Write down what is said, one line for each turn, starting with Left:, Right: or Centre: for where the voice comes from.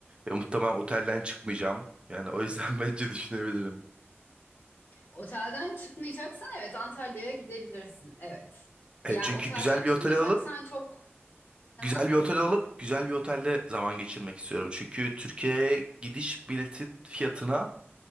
Right: Ve muhtemelen otelden çıkmayacağım. Yani o yüzden <laughs> bence düşünebilirim.
Left: otelden çıkmayacaksan evet Antalya'ya gidebilirsin. Evet.
Right: Evet
Left: Yani
Right: çünkü
Left: otelden
Right: güzel bir
Left: çıkmayacaksan
Right: otel alıp
Left: çok. Hı
Right: güzel
Left: hı.
Right: bir otel alıp güzel bir otelde zaman geçirmek istiyorum. Çünkü Türkiye'ye gidiş bileti fiyatına